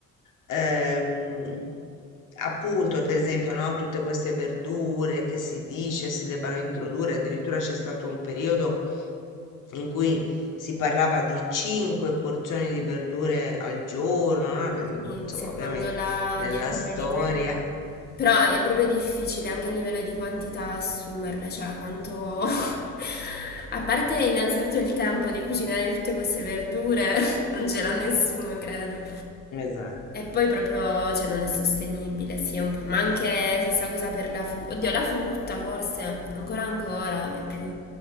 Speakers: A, on the left (about 65°); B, on the left (about 30°).
A: ehm, appunto, per esempio, no, tutte queste verdure che si dice si debbano introdurre, addirittura c'è stato un periodo in cui si parlava di 5 porzioni di verdure al giorno, no? Le- le-
B: Sì,
A: Insomma,
B: secondo
A: ovviamente
B: la
A: nella
B: dieta
A: storia.
B: mediterranea. Però è proprio difficile anche a livello di quantità assumerle, cioè quanto... <laughs> A parte innanzitutto il tempo di cucinare tutte queste verdure, <laughs> non c'era nessuno, credo.
A: Esatto.
B: E poi proprio, cioè, non è sostenibile, sì, è un po'- ma anche stessa cosa per la frutta. Oddio, la frutta forse ancora ancora ma è più,